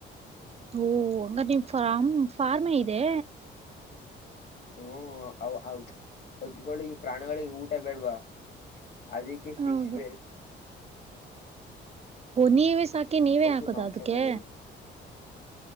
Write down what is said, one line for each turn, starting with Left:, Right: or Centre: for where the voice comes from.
Right: ಓ ಹಂಗ ನಿಮ್ ಫ್ಮ್ ಫಾರ್ಮ ಇದೆ
Left: ಹ್ಮ್ ಹೊದ್ದಕೊಳ್ಳಿ ಈ ಪ್ರಾಣಿಗಳಿಗೆ ಊಟ ಬೇಡ್ವಾ ಅದಕ್ಕೆ ಫಿಶ್
Right: ಹೌದು
Left: ವರೆ
Right: ಹೊ ನೀವೇ ಸಾಕಿ ನೀವೇ
Left: ಅವಕ್ಕೆ
Right: ಹಾಕದ
Left: ಮಾಂಸ
Right: ಅದಕ್ಕೆ
Left: ಕೊಡೋದು